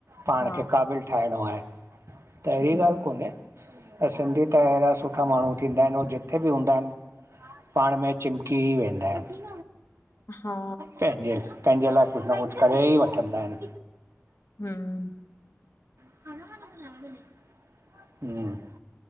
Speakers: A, on the right; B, on the left.
A: पाण
B: हा
A: खे क़ाबिलु ठाहिणो आहे, त अहिड़ी
B: हम्म
A: ॻाल्हि कोन्हे ऐं, सिंधी त अहिड़ा सुठा माण्हू थींदा आहिन, ऐं जिथे बि हूंदा आहिन पाण में चिपकी ई वेंदा आहिन।
B: हा
A: पेहिंजे- पेहिंजे लाइ कुझु न कुझु करे ई वठंदा आहिन।
B: हूं
A: <inaudible>